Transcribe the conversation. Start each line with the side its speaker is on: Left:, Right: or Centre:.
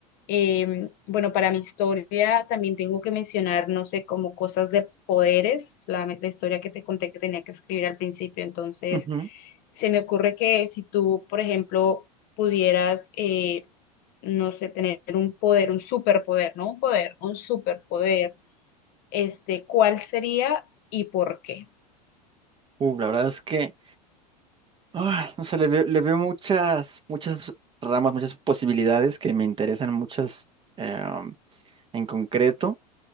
Left: Eh, bueno, para mi historia también tengo que mencionar, no sé, como cosas de poderes, la, la historia que te conté que tenía que escribir al principio. Entonces,
Right: ujú.
Left: se me ocurre que si tú, por ejemplo, pudieras, eh, no sé, tener un poder, un superpoder, no un poder, un superpoder, este, ¿cuál sería y por qué?
Right: Uh, la verdad es que, ay, no sé, le veo, le veo muchas, muchas ramas, muchas posibilidades que me interesan, muchas eh, en concreto.